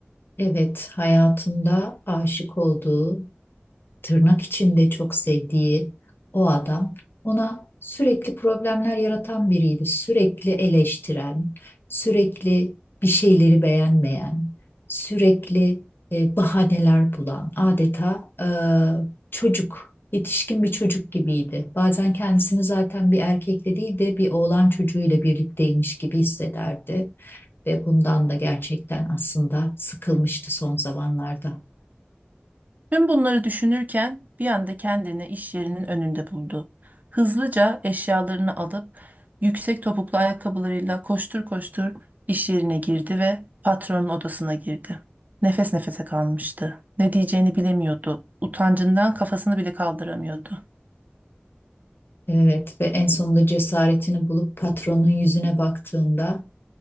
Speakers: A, on the left; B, on the right.
A: Evet, hayatında aşık olduğu tırnak içinde çok sevdiği o adam ona sürekli problemler yaratan biriydi. Sürekli eleştiren, sürekli bir şeyleri beğenmeyen, sürekli e, bahaneler bulan, adeta e, çocuk, yetişkin bir çocuk gibiydi. Bazen kendisini zaten bir erkekle değil de bir oğlan çocuğuyla birlikteymiş gibi hissederdi ve bundan da gerçekten aslında sıkılmıştı son zamanlarda.
B: Tüm bunları düşünürken bir anda kendini iş yerinin önünde buldu. Hızlıca eşyalarını alıp yüksek topuklu ayakkabılarıyla koştur koştur iş yerine girdi ve patronun odasına girdi. Nefes nefese kalmıştı. Ne diyeceğini bilemiyordu. Utancından kafasını bile kaldıramıyordu.
A: Evet ve en sonunda cesaretini bulup patronun yüzüne baktığında